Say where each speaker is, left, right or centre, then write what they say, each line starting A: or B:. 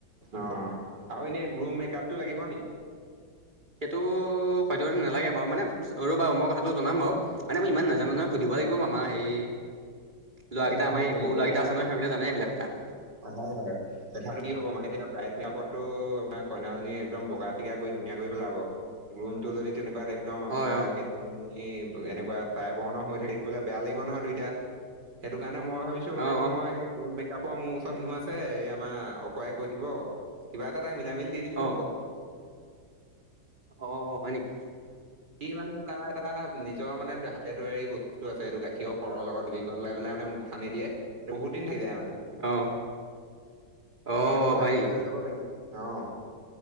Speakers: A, on the right (about 70°); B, on the right (about 25°).
A: অ আৰু এনে গ্ৰুম মেকাপতটো লাগিব নি।
B: সেইটো সদ্যহতে নালাগে বাৰু মানে ৰ বাৰু মই কথাটো জনাম বাৰু মানে মই ইমান নাজানো নহয়। সুধিব লাগিব মামা সেই ল'ৰাকেইটা
A: এ নহয়
B: আমাৰ এই সৰু
A: এতিয়া
B: ল'ৰাকেইটা আছে
A: কতো
B: নহয় সিহঁতকেইটা
A: কি
B: জানে
A: হ'ব
B: এইবিলাক কা-
A: হয় হয় কথাটো কি হ'ব মানে এতিয়া ব্ৰাইট ক্লাপত ত আমাৰ কইনাজনী এক্দম বগা চিগা কৰি ধুনীয়া কৰি পেলাব গ্ৰুম টো যদি তেনেকুৱা দে একদম আপোনাৰ
B: হয় অ
A: কেতুমণি এনেকুৱা চাই বৰণৰ হৈ দেখিবলৈ বেয়া লাগিব নহয় দুইটা সেইটো কাৰণে মই ভাবিছোঁ মানে
B: অ
A: মই গ্ৰুম মেকআপ মোৰ ওচৰত মানুহ আছে এই আমাৰ অকৱাই কৈ দিব কিবা এটা তাক মিলা মিলি দি দিলেই
B: অ অ
A: হ'ব আও।
B: অ হয় নেকি।
A: কি মানে তাৰ এটা নিজৰ মানে হাতে তৈয়াৰী বস্তুটো আছে এইটো গাখীৰৰ সৰৰ লগত দুবি কৰলে পেলাই মোক সানি দিয়ে বহুত দিন থাকি যায় মানে।
B: অ
A: তাকে
B: অ
A: মই
B: হয়
A: তাকো
B: নেকি
A: এতিয়া লৈ যাব পাৰিম অ।